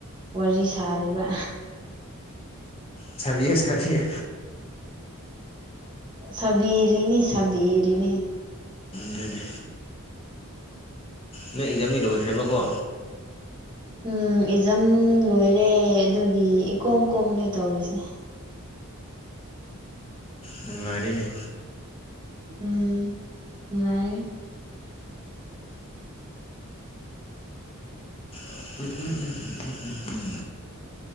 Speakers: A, on the right; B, on the left.
A: ꯋꯥꯔꯤ ꯁꯥꯔꯤꯕ
B: ꯁꯥꯕꯤꯌꯨ ꯁꯥꯕꯤꯌꯨ
A: ꯁꯕꯤꯔꯤꯅꯤ ꯁꯕꯤꯔꯤꯅꯤ
B: ꯗꯨꯅꯤ ꯅꯪ ꯑꯦꯛꯖꯥꯥꯝꯗꯤ ꯂꯣꯏꯈ꯭ꯔꯦꯕꯀꯣ
A: ꯎꯝ ꯑꯦꯛꯖꯥꯝ ꯂꯣꯏꯔꯦ ꯑꯗꯨꯒꯤ ꯏꯀꯣꯝ ꯀꯣꯝꯂꯤ ꯇꯧꯔꯤꯁꯦ
B: ꯅꯨꯡꯉꯥꯏꯔꯤꯅꯦ
A: ꯎꯝ ꯅꯨꯡꯉꯥꯏꯌꯦ
B: ꯎꯝ ꯎꯝ ꯎꯝ ꯎꯝ ꯎꯝ ꯎꯝ ꯎꯝ